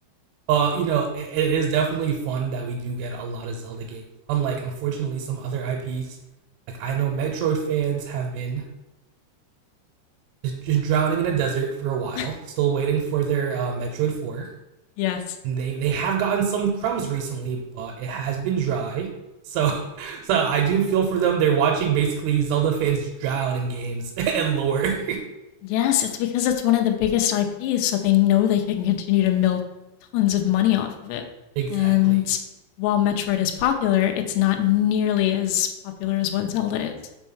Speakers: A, on the right; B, on the left.
A: Uh, you know, it, it is definitely fun that we do get a lot of Zelda games. Unlike, unfortunately, some other IPs. Like I know Metroid fans have been just drowning in a desert for a
B: <laughs>
A: while, still waiting for their uh, Metroid Four.
B: Yes.
A: and they they have gotten some crumbs recently, but it has been dry. So <laughs> so I do feel for them. They're watching basically Zelda fans drown in games <laughs> and lore.
B: Yes, it's because it's one of the biggest IPs, so they know they can continue to milk tons of money off of it.
A: Exactly.
B: And while Metroid is popular, it's not nearly as popular as what Zelda is.